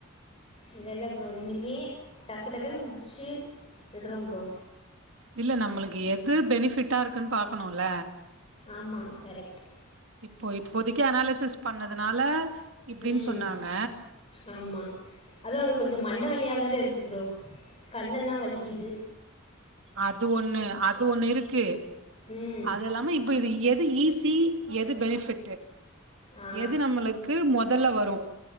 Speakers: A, on the left; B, on the right.
A: இல்ல இல்ல ப்ரோ இனிமே டக்கு டக்குன்னு முடிச்சு விட்றோ ப்ரோ
B: இல்ல நம்மளுக்கு எது பெனிஃபிட்டா இருக்குன்னு பாக்கணுல்ல
A: ஆமா கரெக்ட்
B: இப்போ இப்போதைக்கி அனாலிசிசஸ் பண்ணதுனால இப்டின்னு
A: ம்
B: சொன்னாங்க
A: ஆமா அதுவு அது கொஞ்ச மண் மண்ட வலியா வேற இருக்கு ப்ரோ கண்ணெல்லா வலிக்கிது
B: அது ஒண்ணு அது ஒண்ணு இருக்கு
A: ம்
B: அது இல்லாம இப்ப இது எ து ஈஸி எது பெனிஃபிட்டு
A: ஆ
B: எது நம்மளுக்கு மொத் அதெல்லா வரு